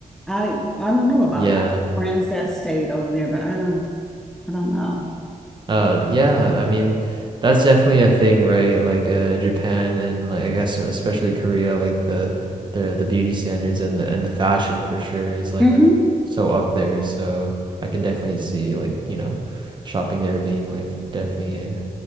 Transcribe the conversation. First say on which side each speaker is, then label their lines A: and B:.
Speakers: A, in the centre; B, on the right.
A: I I don't know about
B: Yeah.
A: I have friends that stayed over there, but I don't I don't know.
B: Uh, yeah. I mean, that's definitely a thing, right? Like, uh, Japan and like I guess especially Korea, like the the the beauty standards and the and the fashion for sure is like
A: hmm
B: so up there. So I can definitely see like, you know, shopping there being like definitely.